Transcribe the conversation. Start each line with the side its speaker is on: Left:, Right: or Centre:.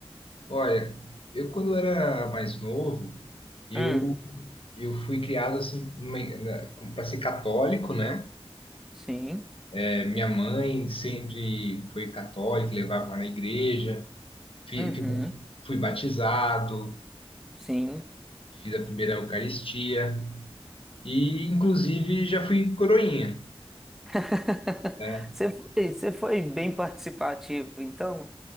Left: Olha, eu quando era mais novo, eu,
Centre: Hum,
Left: eu fui criado assim para ser católico, né?
Centre: sim.
Left: É, minha mãe sempre foi católica, levava na igreja, fi-
Centre: Uhum,
Left: fi- fui batizado,
Centre: sim.
Left: fiz a primeira Eucaristia e, inclusive, já fui coroinha.
Centre: <laughs>
Left: né?
Centre: Você foi, você foi bem participativo, então?